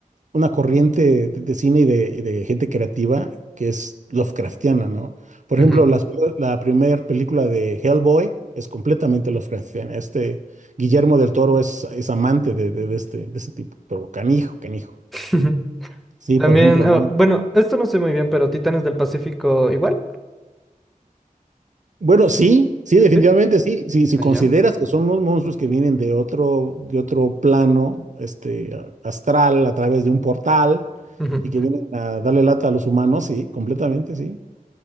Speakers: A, on the right; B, in the centre.
A: una corriente de, de cine y de, y de gente creativa que es Lovecraftiana, ¿no? Por
B: ujú.
A: ejemplo, las pel- la primera película de Hellboy es completamente Lovecraftiana. Este Guillermo del Toro es, es amante de, de, de este, de este tipo, pero canijo, canijo.
B: Ujú.
A: Sí,
B: También,
A: por ejemplo,
B: ah,
A: ¿no?
B: bueno, esto no sé muy bien, pero Titanes del Pacífico igual,
A: Bueno, sí, sí, definitivamente
B: ¿sí?
A: sí. Sí, si
B: Allá.
A: consideras que son unos monstruos que vienen de otro, de otro plano, este, a- astral, a través de un portal
B: Ujú.
A: y que vienen a darle lata a los humanos, sí, completamente, sí.